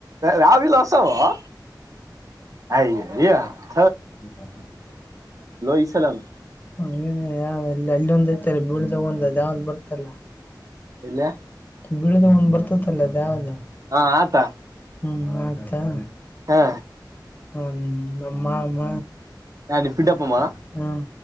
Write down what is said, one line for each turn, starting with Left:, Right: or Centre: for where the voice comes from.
Right: ರಾವಿಲ್ಲ ಹೊಸಾವ <unintelligible> <unintelligible> <inaudible>
Left: <unintelligible>
Right: ಈ ಸಲನು
Left: ಅ ಎ ಎಲ್ಲಂದು ಬರ್ತ ಬಿಡ್ದಾಗ ಒಂದು ಅ ಯಾವ್ದ್ ಬರ್ತಲ್ಲ
Right: ಇಲ್ಲ <unintelligible>
Left: ಬಳದ ಒಂದ್ ಬರ್ತತ್ತಲ್ಲ ಯಾವ್ದ
Right: ಹಾ ಆತ
Left: ಹ್ಮ್ ಆತ <unintelligible>
Right: ಹಾ
Left: ಹ ಅಮ್ಮ ಅಮ್ಮ
Right: ನಾನ ಪಿಡ್ಡಪ್ಪಮ್ಮ
Left: ಹ್ಮ